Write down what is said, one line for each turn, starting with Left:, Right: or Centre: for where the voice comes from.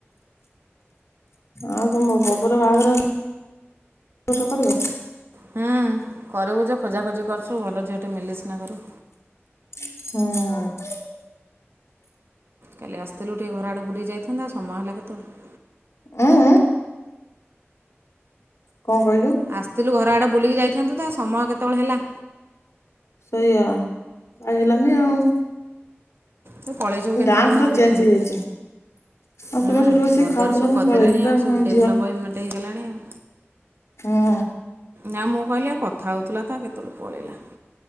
Left: ଆଉ ତୁମ ବବୋର ବାହାଘର ଏବର୍ଷ କରିବ?
Right: ହୁଁ କରିବୁ ଯେ ଖୋଜାଖୋଜି କରୁଛୁ ଭଲ ଝିଅଟେ ମିଳିଲେ ସିନା କରୁ
Left: ହଁ।
Right: କାଲି ଆସିଥିଲୁ ଟିକେ ଘର ଆଡ଼େ ବୁଲି ଯାଇତାନ୍ତା ଆ ସମୟ ହେଲା କେତେଵେଳୁ।
Left: ଉଁ ଉଁ। କଣ କହିଲୁ?
Right: ଆସିଥିଲୁ ଘର ଆଡ଼େ ବୁଲିକି ଯାଇଥାନ୍ତୁ ତ ସମୟ କେତେବେଳେ ହେଲା।
Left: ସେଇଆ ଯାଇହେଲାନି ଆଉ।
Right: ତୁ ପଳେଇଛୁ କେତେବେଳେ
Left: ଦ୍ୟାମ ପୁରା
Right: ମୁଁ ଆଉ ଦେଖିନି
Left: ଚେଞ୍ଜ ହେଇଯାଇଛି। ଆଉ
Right: ହୁଁ
Left: ତମେ ସେଠୁ ବସିି
Right: ଘରଦ୍ୱାର
Left: ଖାଉଥିଲ
Right: ସବୁ
Left: ମୁଁ
Right: କରିଦେଲେଣି
Left: ପଳେଇଲି
Right: ଆଉ
Left: ବା
Right: ସବୁ
Left: ମୋ
Right: ଡେଭଲପମେଣ୍ଟ
Left: ଝିଅ
Right: ହେଇଗଲାଣି ଆଉ
Left: ହଁ।
Right: ନା ମୁଁ କହିଲି ଆଉ କଥା ହେଉଥିଲା ତ କେତେବେଳେ ପଳେଇଲା।